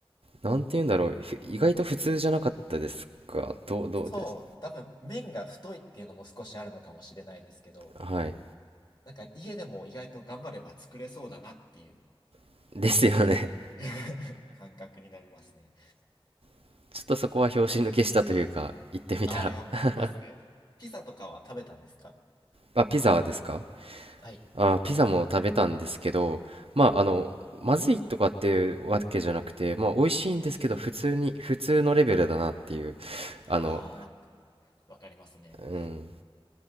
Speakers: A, on the right (about 75°); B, on the left (about 50°).
A: なんて言うんだろう、ふ意外と普通じゃなかったですか、どう、どうです。
B: そう、多分麺が太いっていうのも少しあるのかもしれないですけど、
A: はい。
B: なんか家でも意外と頑張れば作れそうだなっていう
A: <laughs> ですよね。
B: <laughs> 感覚になりますね。
A: <laughs> ちょっとそこは拍子抜けしたというか、行ってみたら。
B: ああ、わかりますね。
A: <laughs>
B: ピザとかは食べたんですか
A: あ、ピザですか
B: はい。
A: あ、ピザも食べたんですけど、まあ、あの、まずいとかっていうわけじゃなくて、まあ、美味しいんですけど、普通に、普通のレベルだなっていう、あの、
B: ああ、わか、わかりますね。
A: うん、